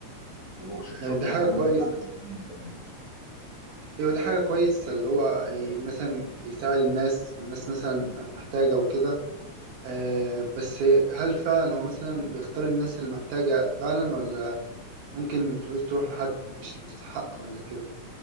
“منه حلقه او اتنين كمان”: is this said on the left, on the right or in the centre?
Left